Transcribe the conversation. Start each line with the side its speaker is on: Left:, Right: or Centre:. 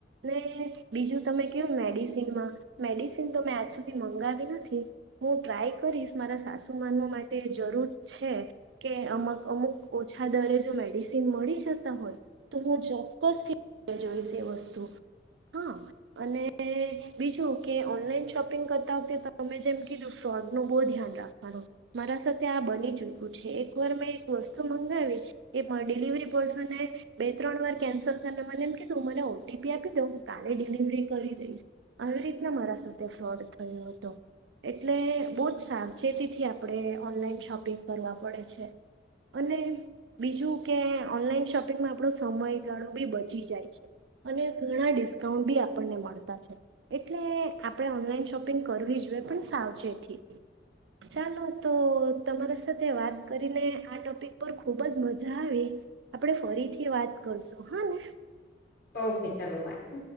Right: ને બીજું તમે કહું મેડિસિનમાં મેડિસિન તો મેં આજ સુધી મંગાવી નથી. હું ટ્રાય કરીશ મારા સાસુ માનવા માટે જરૂર છે, કે અમુક અમુક ઓછા દરે જો મેડિસિન મળી જતા હોય, તો હું ચોક્કસથી જોઈશ એ વસ્તુ, હા અને બીજું કે ઓનલાઈન શોપિંગ કરતા વખતે તમે જેમ કીધું ફ્રોડનું બહુ ધ્યાન રાખવાનું, મારા સાથે આ બની ચૂકું છે, એકવાર મેં એક વસ્તુ મંગાવી એ ડિલિવરી પર્સને બે ત્રણ વાર કેન્સલ કરીને મને એમ કીધું મને ઓટીપી આપી દઉં હું કાલે ડિલિવરી કરી દઈશ, આવી રીતના મારા સાથે ફ્રોડ થયો હતો. એટલે બહુ જ સાવચેતીથી આપણે ઓનલાઈન શોપિંગ કરવા પડે છે, અને બીજું કે ઓનલાઈન શોપિંગમાં આપણો સમય ગાણો બી બચી જાય છે, અને ઘણાં ડિસ્કાઉન્ટ બી આપણને મળતા છે, એટલે આપણે ઓનલાઈન શોપિંગ કરવી જોઈએ પણ સાવચેતી થી, ચાલો તો તમારા સાથે વાત કરીને આ ટોપિક પર ખુબ જ મજા આવી, આપણે ફરીથી વાત કરશું હા ને.
Left: ઓકે ચાલો બાય હ.